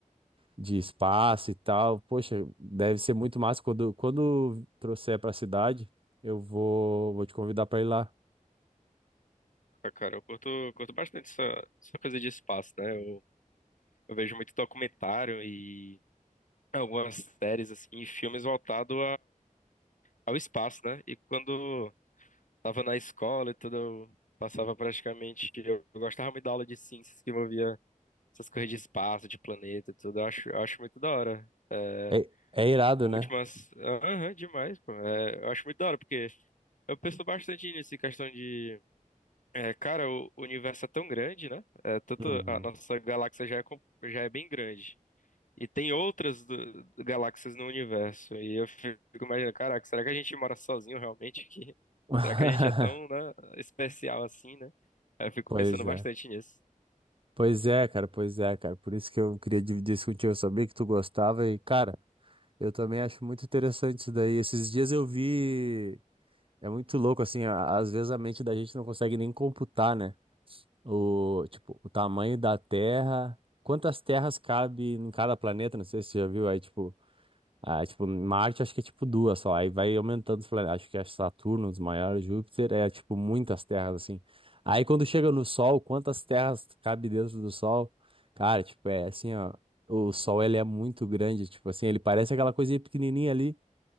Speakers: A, on the right; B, on the left.
A: de espaço e tal. Poxa, deve ser muito massa. Quando, quando trouxer para a cidade, eu vou, vou te convidar para ir lá.
B: Ah, cara, eu curto, curto bastante essa, essa coisa de espaço, né? Eu, eu vejo muito documentário e algumas séries, assim, e filmes voltados ao espaço, né? E quando tava na escola e tudo, eu passava praticamente. Eu, eu gostava muito da aula de ciências que envolvia essas coisas de espaço, de planeta e tudo. Eu acho, eu acho muito da hora. É,
A: É, é irado,
B: Últimas.
A: né?
B: Aham, demais, pô. É, eu acho muito da hora, porque eu penso bastante nisso, em questão de. É, cara, o o universo é tão grande, né? É, tanto
A: Uhum.
B: a nossa galáxia já é, com- já é bem grande. E tem outras do- galáxias no universo. E eu fico imaginando, caraca, será que a gente mora sozinho realmente aqui? <laughs>
A: <laughs>
B: Será que a gente é tão, né, especial assim, né? Aí Eu fico
A: Pois
B: pensando bastante
A: é.
B: nisso.
A: Pois é, cara, pois é, cara. Por isso que eu queria dividir isso contigo. Eu sabia que tu gostava e, cara, eu também acho muito interessante isso daí. Esses dias eu vi. É muito louco, assim, a- às vezes a mente da gente não consegue nem computar, né? O, tipo, o tamanho da Terra, quantas terras cabe em cada planeta, não sei se você já viu, aí tipo, ah, tipo, Marte acho que é tipo duas só, aí vai aumentando os planetas, acho que é Saturno, os maiores, Júpiter, é tipo muitas terras assim. Aí quando chega no Sol, quantas terras cabe dentro do Sol? Cara, tipo, é assim, ó, o Sol ele é muito grande, tipo assim, ele parece aquela coisinha pequenininha ali.